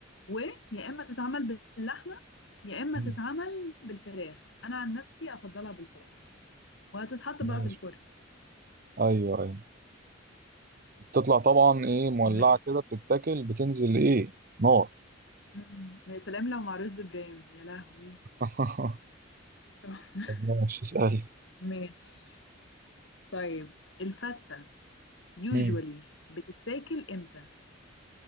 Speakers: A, on the left; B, on the right.
A: ويا اما تتعمل باللحمه يا اما
B: مم.
A: تتعمل بالفراخ انا عن نفسي افضلها بالفراخ وهتتحط
B: ماشي
A: بقى في الفرن
B: ايوه ايوه بتطلع طبعا ايه مولعه
A: ماشي
B: كده بتتاكل بتنزل ايه نار
A: مم. يا سلام لو مع رز برام يا لهوي
B: <laughs>
A: تحفة.
B: طب ماشي اسألي
A: ماشي طيب الفتة usually
B: مم.
A: بتتاكل امتى